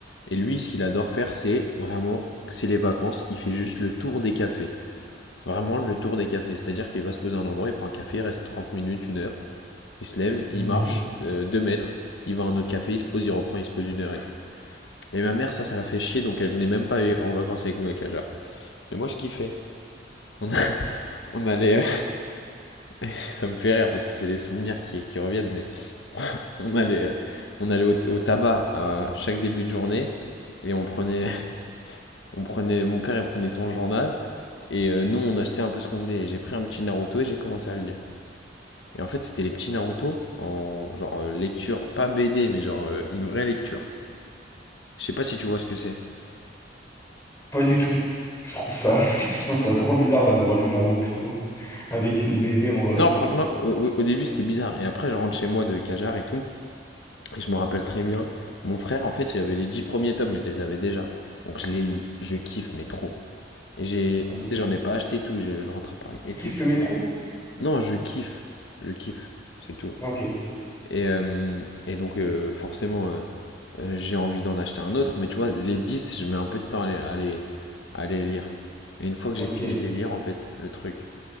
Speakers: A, on the left (about 80°); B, on the left (about 15°).
A: Et lui, ce qu'il adore faire, c'est vraiment, c'est les vacances. Il fait juste le tour des cafés. Vraiment le tour des cafés. C'est-à-dire qu'il va se poser à un endroit, il prend un café, il reste 30 minutes, une heure. Il se lève, il
B: Ok.
A: marche 2 deux mètres, il va à un autre café, il se pose, il reprend, il se pose une heure et tout. Et ma mère, ça, ça la fait chier, donc elle venait même pas en vacances avec nous à Cajar. Mais moi, je kiffais. On, a- <laughs> on allait, euh, <laughs> ça me fait rire parce que c'est les souvenirs qui, qui reviennent, mais on allait, euh, on allait au, au tabac à chaque début de journée et on prenait, <laughs> on prenait, mon père, il prenait son journal et euh, nous, on achetait un peu ce qu'on voulait. J'ai pris un petit Naruto et j'ai commencé à le lire. Et en fait, c'était les petits Naruto en genre euh, lecture, pas BD, mais genre euh, une vraie lecture. Je sais pas si tu vois ce que c'est.
B: Pas du tout. Je trouve ça, <laughs> je trouve ça trop bizarre d'avoir lu Naruto <laughs> avec une BD en vrai.
A: Non, franchement, au, au- début c'était bizarre. Et après, je rentre chez moi de Cajar et tout. Et je me rappelle très bien, mon frère, en fait, il avait les 10 premiers tomes, il les avait déjà. Donc je les lis, je kiffe, mais trop. Et j'ai.
B: Ok.
A: Tu sais, j'en ai pas acheté et tout, je, je rentre à Paris et
B: Tu kiffes
A: tout.
B: le métro?
A: Non, je kiffe, je kiffe, c'est tout.
B: Ah, Ok.
A: Et, euh, et donc, euh, forcément, euh, euh, j'ai envie d'en acheter un autre. Mais tu vois, les 10, je mets un peu de temps à les, à les, à les lire. Et une fois que
B: Ok.
A: j'ai fini de les lire, en fait, le truc,